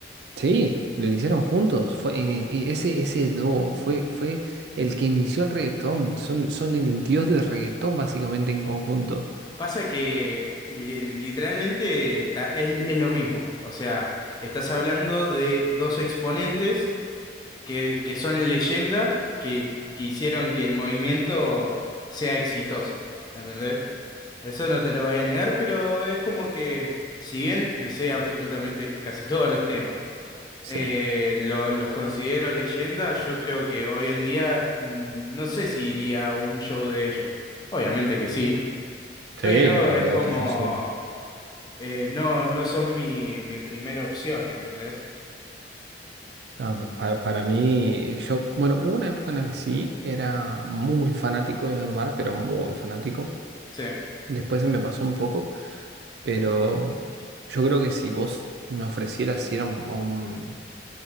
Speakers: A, on the right; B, on the left.
A: Sí, lo iniciaron juntos. Fue, ini- y ese, ese dúo fue, fue el que inició el reggaetón. Son, son el dios del reggaetón, básicamente, en conjunto.
B: Pasa que li- literalmente ta- es, es lo mismo. O sea, estás hablando de dos exponentes que, que son leyenda que, que hicieron que el movimiento sea exitoso. ¿Entendés? Eso no te lo voy a negar, pero es como que, si bien me sé absolutamente casi todos los temas,
A: Sí.
B: eh, lo- los considero leyendas, yo creo que hoy en día mm, no sé si iría a un show de ellos. Obviamente que sí, pero
A: Sí, olvídate,
B: es como,
A: yo sí.
B: eh, no, no son mi, mi primera opción, ¿entendés?
A: No, para, para mí, yo, bueno, hubo una época en la que sí era muy fanático de Don Omar, pero muy fanático.
B: Sí,
A: Después se me pasó un poco, pero yo creo que si vos me ofrecieras ir a un, a un,